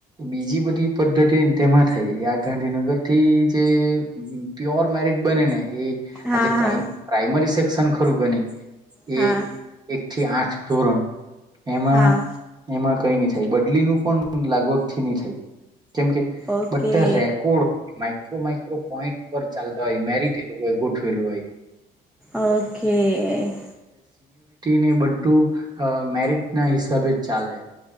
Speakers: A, on the right; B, in the centre.
A: બીજી બધી પદ્ધતિ તેમાં થાય આ ગાંધીનગર થી જે પ્યોર મેરિટ બને ને એ
B: હા
A: આજે
B: હા
A: પ્રાઇ પ્રાઈમરી સેક્શન ખરું ગણી
B: હા
A: એ થી આઠ ધોરણ એમાં
B: હા
A: કઈ નહી થાય બદલી નું પણ લાગવગ થી નહી થાય. કેમ કે
B: ઓકે
A: બધાં રેકોર્ડ માઈક્રો માઈક્રો પોઈન્ટ પર ચાલતા હોય મેરિટ એ લોકો ગોઠવ ઠવેલુ હોય.
B: ઓકે... એ એ
A: ને બધું અ મેરિટ ના હિસાબે જ ચાલે